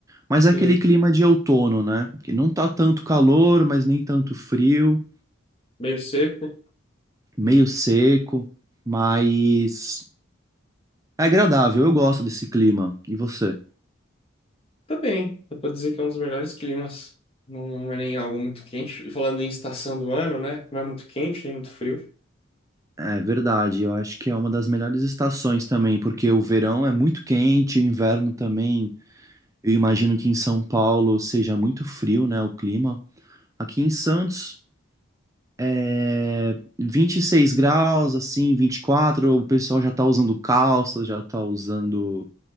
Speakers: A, on the right; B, on the left.
A: Mas
B: Sim,
A: é aquele clima de outono, né? Que não tá tanto calor, mas nem tanto frio,
B: meio seco.
A: meio seco, mas É agradável, eu gosto desse clima. E você?
B: Tá bem, dá pra dizer que é um dos melhores climas. Não, não é nem algo muito quente. E falando em estação do ano, né? Não é muito quente, nem muito frio.
A: É verdade, eu acho que é uma das melhores estações também, porque o verão é muito quente, o inverno também. Eu imagino que em São Paulo seja muito frio, né, o clima. Aqui em Santos é 26 graus, assim, 24. o pessoal já tá usando calça, já tá usando